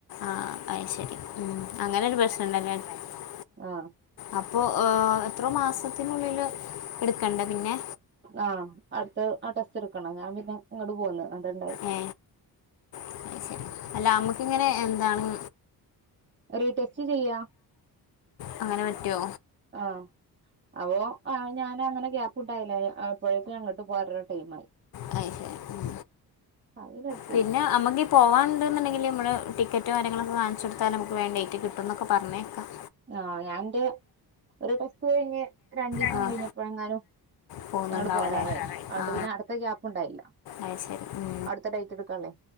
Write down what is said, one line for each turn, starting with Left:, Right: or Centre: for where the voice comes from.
Left: ആഹ് അയ് ശെരി ഉം അങ്ങനൊരു പ്രശ്നം ഇണ്ട് അല്ലേ <unintelligible>
Right: ആഹ്
Left: അപ്പോ ഏഹ് എത്ര മാസത്തിനുള്ളില് എടുക്കണ്ടേ പിന്നെ
Right: ആഹ് അടുത്ത ആ ടെസ്റ്റ് എടുക്കണം ഞാൻ പിന്നെ ഇങ്ങട് പോന്ന് അതാ ഇണ്ടായെ
Left: ഏ അത് ശരി അല്ല നമ്മക്കിങ്ങനെ എന്താണ്
Right: റീടെസ്റ്റ് ചെയ്യാ
Left: അങ്ങനെ പറ്റോ?
Right: ആഹ് അപ്പൊ ആഹ് ഞാന് അങ്ങനെ ഗ്യാപ് <unintelligible> അപ്പോഴേക്കും അങ്ങോട്ട് പോകാ പറഞ്ഞ് ടൈമായി
Left: അത് ശരി ഉം
Right: <unintelligible>
Left: പിന്നെ നമ്മക്ക് പോകാൻ ഇണ്ട്ന്ന്ണ്ടെങ്കില് മ്മളെ ടിക്കറ്റും കാര്യങ്ങളൊക്കെ കാണിച്ചു കൊടുത്താ അമ്മക്ക് വേഗം ഡെയിറ്റ് കിട്ടുന്നൊക്കെ പറയണ കേക്കാം
Right: ആഹ് ഞാൻ ഇന്റെ ഒരു ടെസ്റ്റ് കഴിഞ്ഞ് രണ്ട് ഈസം
Left: ആ
Right: കഴിഞ്ഞപ്പഴെങ്ങാനും
Left: പോകുന്നുണ്ടാവുമല്ലേ
Right: ഞാ ഇങ്ങട് പോരാറായിന് അതുകൊണ്ട്
Left: ആ
Right: പിന്നെ അടുത്ത ഗ്യാപ്പ് ഉണ്ടായില്ല
Left: അത് ശരി ഉം
Right: അടുത്ത ഡേറ്റ് എടുക്കാള്ളേ